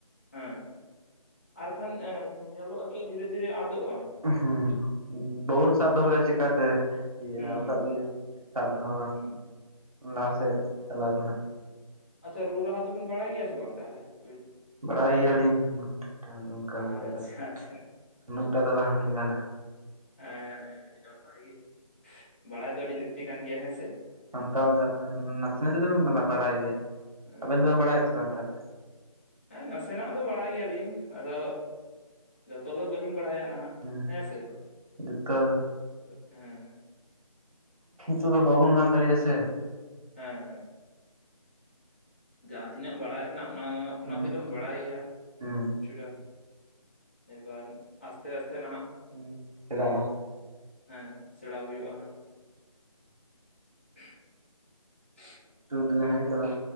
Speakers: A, on the left; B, on the right.
A: ᱦᱮᱸ ᱾ ᱟᱨᱠᱷᱟᱱ ᱧᱮᱞᱚᱜᱼᱟ ᱠᱤ ᱫᱷᱤᱨᱮ ᱫᱷᱤᱨᱮ ᱟᱫᱚᱜᱼᱟ ᱾
B: ᱦᱮᱸ ᱵᱟᱵᱩᱱ ᱥᱟᱵ ᱫᱚᱦᱚ ᱞᱮᱠᱷᱟᱱ ᱪᱤᱠᱟᱛᱮ ᱤᱭᱟᱹᱜ-ᱟ?
A: ᱦᱩᱸ
B: ᱟᱫᱚᱜ
A: ᱦᱩᱸ
B: ᱜᱮᱭᱟ ᱾ ᱥᱟᱵ ᱫᱚᱦᱚ
A: ᱦᱩᱸ
B: ᱞᱟᱦᱟ
A: ᱦᱩᱸ
B: ᱥᱮᱫ ᱪᱟᱞᱟᱣ ᱨᱮᱱᱟᱜ
A: ᱟᱪᱪᱷᱟ ᱨᱩ ᱨᱟᱦᱟ ᱫᱚᱵᱤᱱ ᱵᱟᱲᱟᱭ ᱜᱮᱭᱟ ᱥᱮ ᱵᱟᱝ ᱛᱟᱦᱚᱞᱮ ᱟᱵᱤᱱ?
B: ᱵᱟᱲᱟᱭ ᱜᱮᱭᱟᱞᱤᱧ ᱩᱱᱟᱹᱜ <unintelligible> ᱚᱱᱠᱟ
A: ᱟᱪᱪᱷᱟ
B: ᱞᱮᱠᱟ ᱫᱚ
A: ᱟᱪᱪᱷᱟ
B: ᱩᱱᱟᱹᱜ ᱴᱟ ᱫᱚ ᱵᱟᱝᱞᱤᱧ ᱜᱟᱱᱟ ᱾
A: ᱦᱮᱸ ᱦᱮᱸ ᱟᱹᱰᱤ ᱱᱟᱯᱟᱭ ᱜᱮ ᱵᱟᱲᱟᱭ ᱫᱚ ᱟᱹᱰᱤ ᱞᱟᱹᱠᱛᱤ ᱠᱟᱱ ᱜᱮᱭᱟ ᱦᱮᱸ ᱥᱮ ᱾
B: ᱥᱟᱱᱛᱟᱲᱟᱜ ᱡᱟᱦᱟᱸ ᱛᱤᱱᱟᱹᱜ ᱱᱟᱥᱮ ᱱᱟᱥᱮ ᱫᱩᱞᱤᱧ ᱵᱟᱱᱟ ᱵᱟᱲᱟᱭ ᱜᱮᱭᱟ ᱾
A: ᱦᱮᱸ
B: ᱟᱵᱮᱱ ᱫᱚᱵᱮᱱ ᱵᱟᱲᱟᱭᱟ ᱥᱮ ᱵᱟᱝ ᱛᱟᱦᱚᱞᱮ?
A: ᱦᱮᱸ ᱱᱟᱥᱮᱱᱟᱜ ᱫᱚ ᱵᱟᱲᱟᱭ ᱜᱮᱭᱟᱞᱤᱧ, ᱟᱫᱚ ᱡᱚᱛᱚ ᱫᱚ ᱵᱟᱹᱞᱤᱧ ᱵᱟᱲᱟᱭᱟ ᱱᱟᱦᱟᱜ
B: ᱦᱩᱸ
A: ᱾ ᱦᱮᱸᱥᱮ,
B: ᱡᱚᱛᱚ
A: ᱦᱮᱸ ᱾
B: ᱛᱚᱵᱮ ᱵᱟᱵᱚᱱ ᱜᱟᱱ ᱫᱟᱲᱮᱜᱼᱟ ᱥᱮ ᱾
A: ᱦᱮᱸ ᱦᱮᱸ᱾ ᱡᱟᱦᱟᱸ ᱛᱤᱱᱟᱹᱜ ᱵᱟᱲᱟᱭ ᱨᱮᱱᱟᱜ ᱚᱱᱟ ᱩᱱᱟᱹᱜ
B: ᱦᱩᱸ
A: ᱫᱚᱞᱟᱝ ᱵᱟᱲᱟᱭ ᱜᱮᱭᱟ ᱾
B: ᱦᱩᱸ
A: ᱠᱤᱪᱷᱩᱴᱟ, ᱮᱵᱟᱨ ᱟᱥᱛᱮ ᱟᱥᱛᱮ ᱱᱟᱦᱟᱜ
B: ᱦᱩᱸ ᱥᱮᱬᱟᱜᱼᱟ
A: ᱦᱮᱸ ᱥᱮᱬᱟ ᱦᱩᱭᱩᱜ-ᱟ ᱦᱟᱸᱜ ᱾ <inaudible>
B: ᱛᱩᱫ ᱱᱟᱦᱮᱞ ᱜᱮ ᱛᱮᱞᱟ